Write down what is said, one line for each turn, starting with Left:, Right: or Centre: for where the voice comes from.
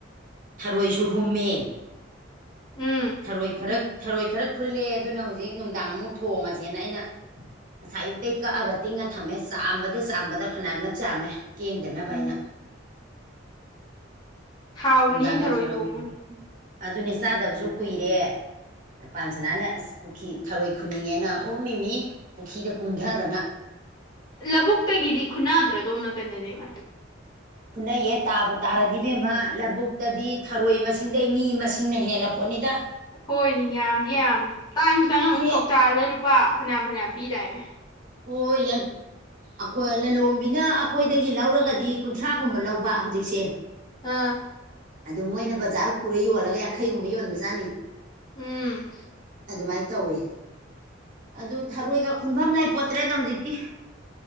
Right: ꯊꯔꯣꯏꯁꯨ ꯍꯨꯝꯃꯦ
Left: ꯎꯝ
Right: ꯊꯔꯣꯏ ꯈꯔ ꯊꯔꯣꯏ ꯈꯔ ꯈꯨꯜꯂꯦ ꯑꯗꯨꯅ ꯍꯧꯖꯤꯛ ꯅꯨꯡꯗꯥꯡ ꯑꯃꯨꯛ ꯊꯣꯡꯉꯁꯦꯅ ꯑꯩꯅ ꯉꯁꯥꯏ ꯑꯌꯨꯛꯇ ꯀꯛꯑꯒ ꯇꯤꯡꯉ ꯊꯝꯃꯦ ꯆꯥꯝꯕꯗ ꯆꯥꯝꯕꯗ ꯐꯅꯝꯂꯛ ꯆꯥꯝꯃꯦ ꯀꯦꯡꯗꯅꯕ
Left: ꯎꯝ
Right: ꯍꯥꯏꯅ
Left: ꯍꯥꯎꯕꯅꯤ
Right: ꯅꯨꯡꯗꯥꯡꯅ ꯊꯔꯣꯏ
Left: ꯊꯣꯡꯕ
Right: <inaudible> ꯑꯗꯨꯅꯦ ꯆꯥꯗꯕꯁꯨ ꯀꯨꯏꯔꯦ ꯃꯄꯥꯥꯟ ꯁꯅꯥꯅ ꯑꯁ ꯄꯨꯈ꯭ꯔꯤ ꯊꯔꯣꯏ ꯈꯨꯅꯤꯡꯉꯦꯅ ꯍꯨꯝꯃꯤꯃꯤ ꯄꯨꯈ꯭ꯔꯤꯗ ꯀꯨꯝꯊꯗꯅ
Left: ꯂꯧꯕꯕꯨꯛꯇꯒꯤꯗꯤ ꯈꯨꯟꯅꯥꯗ꯭ꯔꯗꯣꯝ ꯅꯥꯀꯟꯗꯅꯦ ꯏꯃ
Right: ꯐꯨꯅꯩꯑ ꯇꯥꯕꯨ ꯇꯥꯔꯗꯤ ꯕꯦꯝꯃ ꯂꯕꯨꯛꯇꯗꯤ ꯊꯔꯣꯏ ꯃꯁꯤꯡꯗꯩ ꯃꯤ ꯃꯁꯤꯡꯅ ꯍꯦꯜꯂ ꯄꯨꯣꯅꯤꯗꯥ
Left: ꯍꯣꯏꯅꯦ ꯌꯥꯝꯗꯤ ꯌꯥꯝꯕꯅꯤ ꯇꯥꯏꯝꯁꯨꯇꯪ ꯑꯃꯨꯛ
Right: ꯍꯦꯛ
Left: ꯀꯧꯇꯥꯔꯗ ꯂꯨꯄꯥ ꯐꯅꯌꯥꯝ ꯐꯅꯌꯥꯝ ꯄꯤꯗꯥꯏꯅꯦ
Right: ꯍꯌꯪ ꯑꯩꯈꯣꯏ ꯂꯂꯣꯟꯣꯝꯕꯤꯅ ꯑꯩꯈꯣꯏꯗꯒꯤ ꯂꯧꯔꯒꯗꯤ ꯀꯨꯟꯊ꯭ꯔꯥꯒꯨꯝꯕ ꯂꯧꯕ ꯍꯧꯖꯤꯛꯁꯦ
Left: ꯑꯥ
Right: ꯑꯗꯨ ꯃꯣꯏꯅ ꯕꯖꯥꯔ ꯄꯨꯔ ꯌꯣꯜꯂꯒ ꯌꯥꯡꯈꯩꯒꯨꯝꯕ ꯌꯣꯟꯕꯖꯥꯠꯅꯤ
Left: ꯎꯝ
Right: ꯑꯗꯨꯃꯥꯏꯅ ꯇꯧꯋꯤ ꯑꯗꯨ ꯊꯔꯣꯏꯒ ꯈꯨꯟꯐꯝ ꯂꯩ ꯄꯣꯠꯇ꯭ꯔꯦꯗꯣ ꯍꯧꯖꯤꯛꯇꯤ